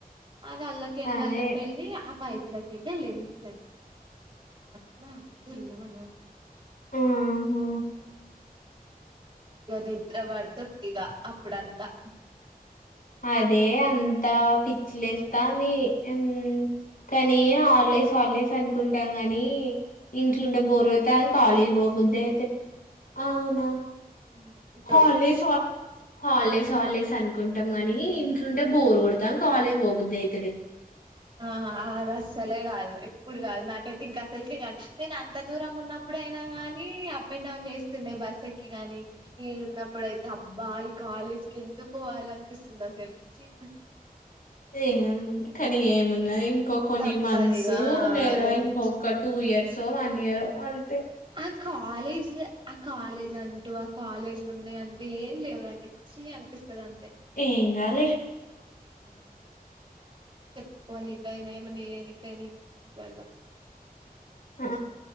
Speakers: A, on the right; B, on the left.
A: ఆది అల్లకెళ్లల్లి
B: అదే
A: వచ్ వెళ్ళి ఆ పైప్ కెళ్ళి ఎల్లింది అట్లా <inaudible>
B: ఆ ఆ
A: ఏ <unintelligible> అప్పుడంతా
B: అదే అంతా పిచ్చిలేస్తాంధి
A: హ్మ్
B: ఉమ్ కానీ హల్డేస్ హల్డేస్ అనుకుంటాం గానీ ఇంట్లో ఉంటే బోర్
A: వాయిస్
B: కొడుతంది
A: కట్
B: కాలేజ్
A: అయితాంది
B: పోబుద్దు అయితే అవునా
A: హ్మ్ ఇప్పుడు
B: holidays
A: okay okay.
B: Holidays holidays అనుకుంట్ టం కాని ఇంట్లో ఉంటే బోరు కొడాంది కాలేజ్ పోబుద్దు అయి
A: ఆ అల్రాష్ అసలే కాదు ఎప్పుడు కాదు నాకైతే ఇంకా అసలుకే కాదు నేను అంత దూరం ఉన్నప్పుడయినా కానీ పోయనవ్ అని చేస్తుండే బస్ ఎక్కి గాని ఇడా ఉన్నప్పుడైతే అబ్బా ఈ కాలేజ్కి ఎందుకు పోవాలి అనిపిస్తుంది అసలుకి కి
B: ఏ కానీ ఏమున్నది ఇంకో కొన్ని
A: తప్పదిగా
B: మంత్స్ లేదా
A: అదే
B: ఇంకొక
A: వచ్చింది
B: టూ ఇయర్స్ వన్ ఇయరో అంతే
A: ఆ కాలేజ్ ఆ కాలేజ్ అంటూ ఆ కాలేజ్ ఉన్నాయి అంటే ఏం లేవటె చి అనిపిస్తది అంతే
B: ఏం కాదులే
A: ఉ చెప్పుకోని ఇకైనా ఏమన్నా ఎమీ కి అని కళ
B: ఆ